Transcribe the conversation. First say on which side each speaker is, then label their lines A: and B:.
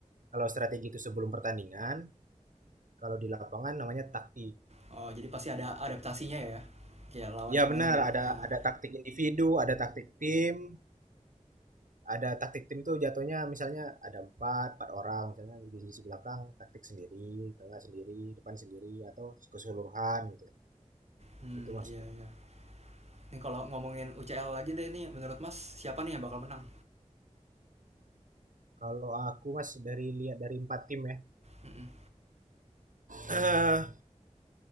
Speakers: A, on the right; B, on the right.
A: kalau strategi itu sebelum pertandingan, kalau di lapangan namanya taktik.
B: Oh, jadi pasti ada adaptasinya ya, kayak lawannya
A: Iya
B: mainnya
A: benar,
B: gimana.
A: ada ada taktik individu, ada taktik tim, ada taktik tim tuh jatuhnya misalnya ada empat empat orang misalnya di sisi belakang taktik sendiri tengah sendiri depan sendiri atau keseluruhan gitu
B: Hmm,
A: gitu mas
B: iya iya. ini kalau ngomongin UCL aja deh nih, menurut Mas siapa nih yang bakal menang?
A: kalau aku mas dari lihat dari empat tim ya
B: Mm-mm.
A: uh,